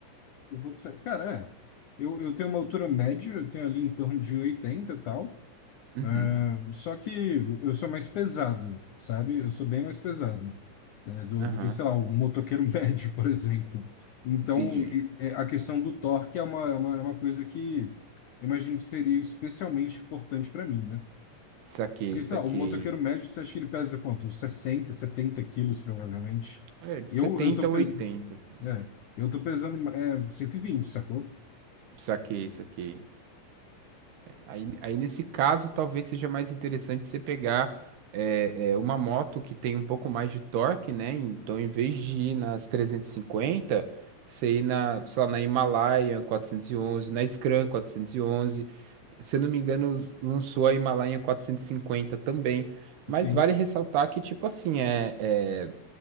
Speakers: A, on the left (about 85°); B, on the right (about 65°).
A: Eu vou te- Cara, é. Eu, eu tenho uma altura média, eu tenho ali em torno de 1,80 e oitenta e tal.
B: Uhum,
A: É, só que eu sou mais pesado, sabe? Eu sou bem mais pesado, né, do,
B: aham,
A: do que, sei lá, o motoqueiro <laughs> médio, por exemplo. Então,
B: entendi.
A: e- é, a questão do torque é uma, é uma, é uma coisa que eu imagino que seria especialmente importante para mim, né?
B: Saquei,
A: Porque,
B: saquei.
A: sei lá, o motoqueiro médio, você acha que ele pesa quanto? 60, 70 quilos, provavelmente.
B: É, de
A: Eu,
B: 70
A: eu tô
B: a
A: pesando...
B: 80, assim.
A: É, eu tô pesando é, 120, sacou?
B: Saquei, saquei. Aí, aí nesse caso, talvez seja mais interessante você pegar é, é, uma moto que tem um pouco mais de torque, né? Então, em vez de ir nas 350, você ir na, sei lá, na Himalayan 411, na Scram 411. Se eu não me engano, lançou a Himalayan 450 também. Mas
A: Sim,
B: vale ressaltar que, tipo assim, é, é,